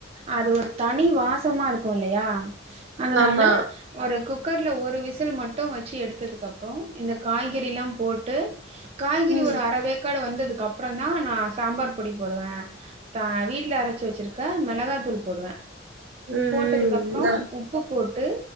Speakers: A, on the right; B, on the right.
A: அது ஒரு தனி வாசமா இருக் கோ இல்லயா அதனால
B: ஆமா
A: ஒரு குக்கர்ல ஒரு விசில் மட் ட்டு வச்சு எடுத்ததுக்கு அப்றொ இந்த காய்கறிலா போட்டு காய்கறி
B: ம் ம்
A: ஒரு அறவேக் க்காடு வந்ததுக்கு அப்றொந் தா நா சாம்பார் பொடி போடுவே த வீட்ல அரச்சு வச்சுருக்க மெளகாத்தூள் போடுவே
B: ம்
A: போட்டதுக்கப்றொ
B: நா
A: உப்பு போட்டு